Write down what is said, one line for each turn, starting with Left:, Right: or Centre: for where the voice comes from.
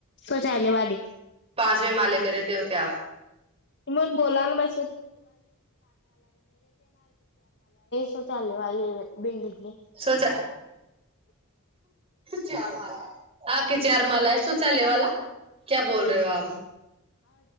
Left: سوچالے والے
Right: پانچویں مالے پہ رہتے ہو کیا آپ
Left: <unintelligible> مالاے شوچالے والے بلڈگ میں
Right: سوچا چار مالہ آپکے چار مالہ ہے شوچالے والا کیا بول رہے ہو آپ